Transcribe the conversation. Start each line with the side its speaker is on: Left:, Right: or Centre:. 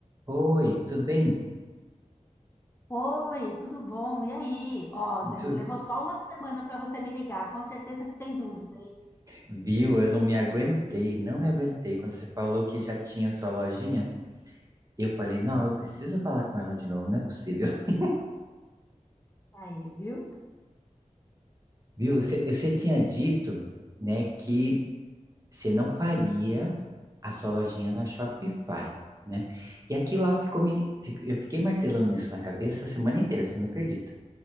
Right: Oi, tudo bem?
Left: Oi, tudo bom? E aí? Ó, de-
Right: Tu-
Left: levou só uma semana para você me ligar. Com certeza você tem dúvida, hein?
Right: Viu? Eu não me aguentei, não me aguentei. Quando você falou que já tinha sua lojinha, eu falei, não, eu preciso falar com ela de novo, não é possível. <laughs>
Left: Aí, viu?
Right: Viu? Você você tinha dito, né, que você não faria a sua lojinha na Shopify, né? E aqui lá ficou me, fico- eu fiquei martelando isso na cabeça a semana inteira, você não acredita?